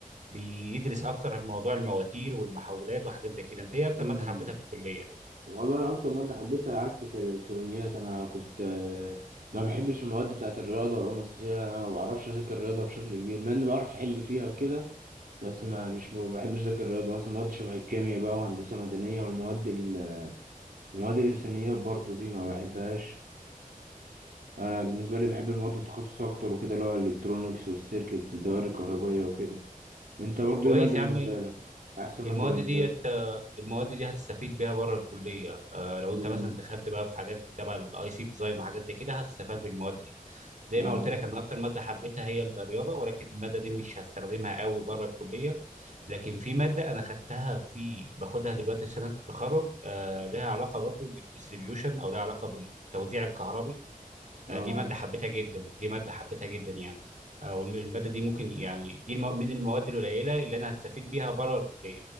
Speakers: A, on the right (about 55°); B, on the right (about 75°).
A: بيدرس اكتر عن موضوع المواتير والمحولات وحاجات زي كده انت ايه اكتر
B: مم.
A: ماده حبيتها في الكليه
B: والله أنا أكتر مادة حبيتها عكسك هي الإلكترونيات أنا كنت آه، ما بحبش المواد بتاعة الرياضة والعلوم الأساسية أنا ما بعرفش أذاكر الرياضة بشكل كبير مع إني بعرف أحل فيها وكده بس ما مش ب- بحبش أذاكر الرياضة مثلا مواد شبه الكيمياء بقى وهندسة مدنية والمواد ال- المواد الإنسانية برضو دي ما بحبهاش أنا بالنسبة لي بحب المواد التخصص أكتر وكده اللي هو الإلكترونيكس والسيركتس الدوائر الكهربية وكده أنت برضو
A: كويس
B: إيه مادة
A: يا
B: بالنسبة
A: عم
B: لك؟ أحسن مادة
A: المواد
B: بالنسبة
A: ديت
B: لك؟
A: المواد دي هتستفيد بيها بره الكليه آه، لو
B: مم.
A: انت مثلا دخلت بقى في حاجات تبع الاي سي ديزاين وحاجات زي كده هتستفاد بالمواد دي زي
B: آه
A: ما قلت لك انا اكتر ماده حبيتها هي الرياضه ولكن الماده دي مش هستخدمها قوي بره الكليه لكن في ماده انا خدتها في باخدها دلوقتي في سنه التخرج آه لها علاقه برضو بالديستريبيوشن او لها علاقه بالتوزيع الكهربي
B: آه
A: آه، دي ماده حبيتها جدا دي ماده حبيتها جدا يعني آه، والماده دي ممكن يعني دي الم- من المواد القليله اللي انا هستفيد بيها بره الكليه